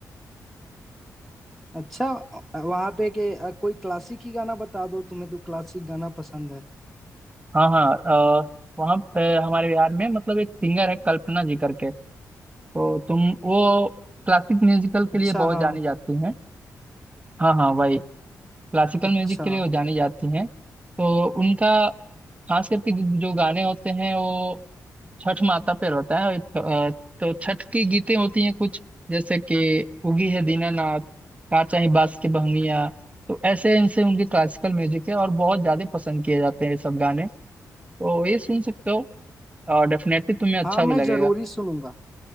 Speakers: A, in the centre; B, on the right (about 20°).
A: अच्छा वहां पे के अ, कोई क्लासिक ही गाना बता दो तुम्हें तो क्लासिक गाना पसंद है
B: हाँ हाँ अ, वहाँ पे हमारे बिहार में मतलब एक सिंगर है कल्पना जी करके तो तुम वो क्लासिक म्यूजिकल के
A: अच्छा
B: लिए बहुत
A: हाँ
B: जानी जाती हैं हाँ हाँ वही क्लासिकल
A: अच्छा
B: म्यूजिक के लिए वो जानी जाती हैं तो उनका खास करके जो जो गाने होते हैं वो छठ माता पे रहता है अ, तो छठ की गीतें होती हैं कुछ जैसे कि उगी है दीनानाथ काचा ही बास की बहंगिया तो ऐसे इनसे उनके क्लासिकल म्यूजिक है और बहुत ज्यादा पसंद किए जाते हैं ये सब गाने तो ये सुन सकते हो और डेफिनेटली तुम्हें अच्छा
A: हाँ मैं
B: भी लगेगा
A: जरूरी सुनूंगा